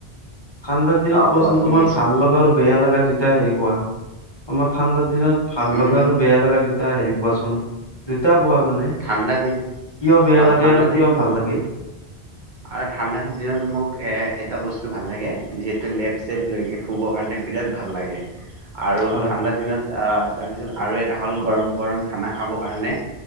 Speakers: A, on the left; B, on the right.
A: ঠাণ্ডাৰ দিনত
B: অ
A: কোৱাচোন
B: কোৱা শুনি
A: তোমাৰ
B: আছোঁ
A: ভাল লগা আৰু বেয়া লগা দুটা হেৰি কোৱা তোমাৰ ঠাণ্ডা। দিনত ভাল
B: উম
A: লগা আৰু বেয়া লগা দুটা হেৰি কোৱাচোন দুটা। কোৱা মানে
B: ঠাণ্ডা দিন।
A: কিয় বেয়া
B: অ
A: লাগে
B: ঠাণ্ডা
A: আৰু
B: দিনত
A: কিয় ভাল লাগে।
B: আৰু ঠাণ্ডা দিনত মোক এটা বস্তু ভাল লাগে যিহেতু লে। চেপ লৈকে শুবৰ কাৰণে বিৰাট ভাল লাগে আৰু
A: হয়
B: ঠাণ্ডা দিনত। তাৰপিছত আৰু এটা হ'ল গৰম গৰম খানা খাবৰ কাৰণে